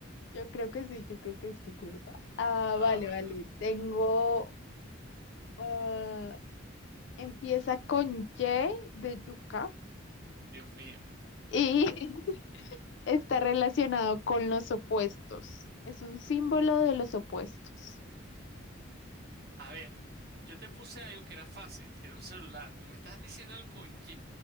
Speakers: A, on the left; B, on the right.
A: Yo creo que sí, yo creo que es tu culpa. Ah,
B: Ah,
A: vale,
B: bueno,
A: vale. Tengo. ah, empieza con Y de yuca.
B: Dios mío.
A: Y. <laughs> Está relacionado con los opuestos. Es un símbolo de los opuestos.
B: A ver, yo te puse algo que era fácil, que era un celular. Tú me estás diciendo algo con Y.